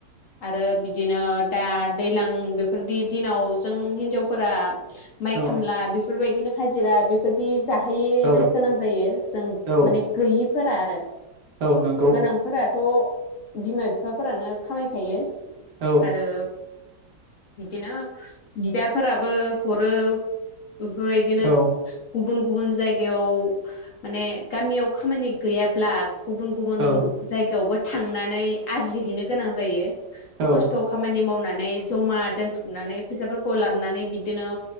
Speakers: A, on the left; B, on the right.
A: आरो बिदिनो दा दैलां बेफोरनि दिनाव जों हिनजावफोरा माइ
B: औ
A: खामला बेफोरबायदिनो हाजिरा बेफोरदि जाहैनो
B: औ
A: गोनां जायो जों
B: औ
A: माने गैयिफोरा आरो
B: औ नोंगौ।
A: आंफोराथ' बिमा बिफाफोरानो खामायखायो
B: औ
A: आरो बिदिनो बिदाफोराबो हरो बेफोरबायदिनो
B: औ
A: गुबुन गुबुन जायगायाव माने गामियाव खामानि गैयाब्ला गुबुन गुबुन
B: औ
A: जायगायावबो थांनानै आरजिहैनो गोनां जायो
B: औ
A: खस्थ' खामानि मावनानै ज मा दोनथुमनानै फैसाफोरखौ लाबानै बिदिनो